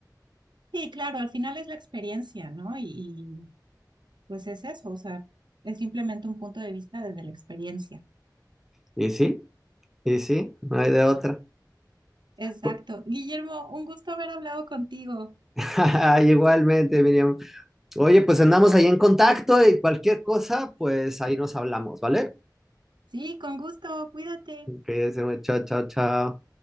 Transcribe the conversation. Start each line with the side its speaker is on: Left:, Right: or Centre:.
Right: Sí, claro, al final es la experiencia, ¿no? Y, y, pues es eso, o sea, es simplemente un punto de vista desde la experiencia.
Centre: y sí. Y sí, no hay de otra.
Right: Exacto.
Centre: <laughs>
Right: Guillermo, un gusto haber hablado contigo.
Centre: Ay, Igualmente, Miriam. Oye, pues andamos ahí en contacto y cualquier cosa, pues ahí nos hablamos, ¿vale?
Right: Sí, con gusto, cuídate.
Centre: Que se me chao, chao, chao.